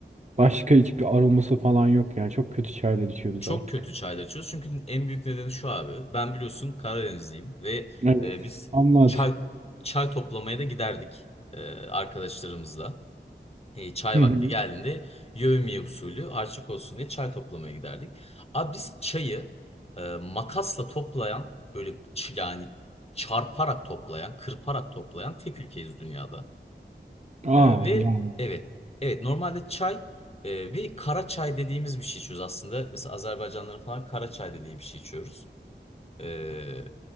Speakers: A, on the right; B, on the left.
A: Başka hiçbir aroması falan yok yani. Çok kötü çaylar içiyoruz
B: çok
A: artık.
B: kötü çaylar içiyoruz. Çünkü en büyük nedeni şu abi. Ben biliyorsun Karadenizliyim ve
A: Evet.
B: e, biz
A: Anlat.
B: çay çay toplamaya da giderdik e, arkadaşlarımızla. E, çay
A: Hı hı.
B: vakti geldiğinde yevmiye usulü harçlık olsun diye çay toplamaya giderdik. Abi biz çayı e, makasla toplayan böyle ç- yani çarparak toplayan, kırparak toplayan tek ülkeyiz dünyada.
A: Aa
B: E, ve
A: yani.
B: evet, evet normalde çay e, ve kara çay dediğimiz bir şey içiyoruz aslında. Mesela Azerbaycanlıların falan kara çay dediği bir şey içiyoruz. Ee,